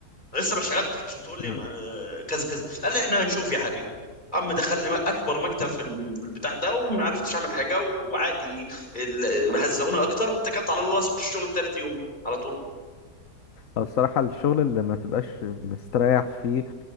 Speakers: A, on the left; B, on the left.
A: انا لسه ما اشتغلتش عشان تقول لي
B: آه.
A: ما- آه، كذا كذا قال لي احنا هنشوف يا حبيبي عم دخلني م- اكبر مكتب في الم- في البتاع ده وما عرفتش اعمل حاجه وعادي ال- هزقوني اكتر واتكلت على الله سبت الشغل تالت يوم على طول
B: هو الصراحة الشغل اللي ما تبقاش مستريح فيه